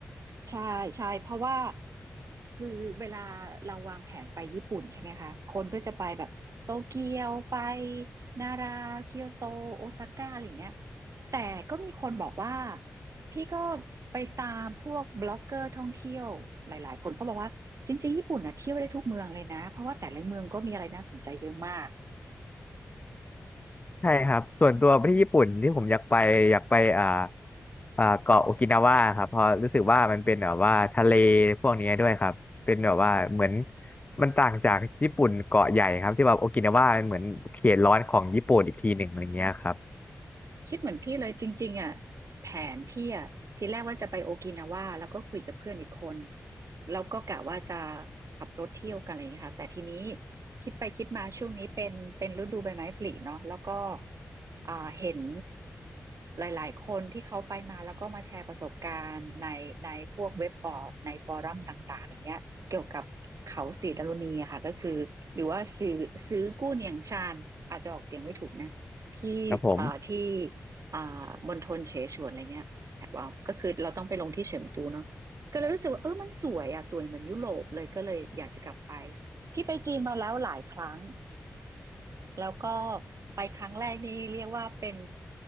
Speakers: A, on the right; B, on the left.
A: ใช่ใช่เพราะว่าคือเวลาเราวางแผนไปญี่ปุ่นใช่ไหมคะคนก็จะไปแบบโตเกียวไปนาราเกียวโตโอซาก้าอะไรอย่างเงี้ยแต่ก็มีคนบอกว่าพี่ก็ไปตามพวกบล็อกเกอร์ท่องเที่ยวหลายๆคนเขาบอกว่าจริงๆญี่ปุ่นนะเที่ยวได้ทุกเมืองเลยนะเพราะว่าแต่ละเมืองก็มีอะไรน่าสนใจเยอะมาก
B: ใช่ครับส่วนตัวไปที่ญี่ปุ่นที่ผมอยากไปอยากไปอ่าอ่าเกาะโอกินาวาครับเพราะรู้สึกว่ามันเป็นแบบว่าทะเลพวกนี้ด้วยครับเป็นแบบว่าเหมือนมันต่างจากญี่ปุ่นเกาะใหญ่ครับที่แบบโอกินาวามันเหมือนเขตร้อนของญี่ปุ่นอีกทีหนึ่งอะไรเงี้ยครับ
A: คิดเหมือนพี่เลยจริงๆอ่ะแผนพี่อ่ะทีแรกว่าจะไปโอกินาว่าแล้วก็คุยกับเพื่อนอีกคนแล้วก็กะว่าจะขับรถเที่ยวกันอะไรอย่างเงี้ยค่ะแต่ทีนี้คิดไปคิดมาช่วงนี้เป็นเป็นฤดูใบไม้ผลิเนาะแล้วก็อ่าเห็นหลายๆคนที่เขาไปมาแล้วก็มาแชร์ประสบการณ์ในในพวกเว็บบอร์ดในฟอรัมต่างๆอย่างเงี้ยเกี่ยวกับเขาสีดารุณีอะค่ะก็คือหรือว่าซื้อซื้อกู้เนียงชานอาจจะออกเสียงไม่ถูกนะ ที่อ่าที่
B: ครับผม
A: อ่ามณฑลเสฉวนอะไรเงี้ยแถบว่าก็คือเราต้องไปลงที่เฉิงตูเนาะก็เลยรู้สึกว่าเออมันสวยอ่ะสวยเหมือนยุโรปเลย ก็เลยอยากจะกลับไป พี่ไปจีนมาแล้วหลายครั้ง แล้วก็ไปครั้งแรกนี่เรียกว่าเป็น